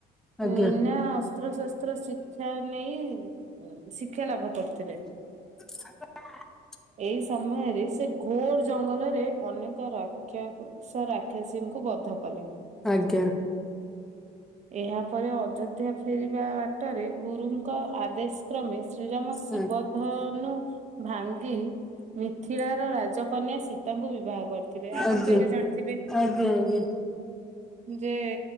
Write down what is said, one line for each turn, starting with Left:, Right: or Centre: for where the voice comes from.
Centre: ଆଜ୍ଞା
Right: ନିନା ଅସ୍ତ୍ରଶସ୍ତ୍ର ଶିକ୍ଷା ନେଇ ଉଁ ଶିକ୍ଷା ଲାଭ କରୁଥିଲେ।
Centre: ଆ
Right: ଏଇ ସମୟରେ ସେ ଘୋର ଜଙ୍ଗଲରେ ଅନେକ ରାକ୍ଷା ସ ରାକ୍ଷାସୀଙ୍କୁ ବଧ କଲେ।
Centre: ଆଜ୍ଞା।
Right: ଏହା ପରେ ଅଯୋଧ୍ୟା ଫେରିବା ବା ବାଟରେ ଗୁରୁଙ୍କ ଆଦେଶକ୍ରମେ ଶ୍ରୀରାମ ଶିବ
Centre: ଆ
Right: ଧନୁ ଭାଙ୍ଗି ମିଥିଳାର ରାଜକନ୍ୟା ସୀତାଙ୍କୁ ବିବାହ କରି ଯିବେ ଆପଣ
Centre: ଆଜ୍ଞା
Right: ତ ଏଇଟା ଜାଣିଥିବେ।
Centre: ଆଜ୍ଞା ଆଜ୍ଞା
Right: ଯେ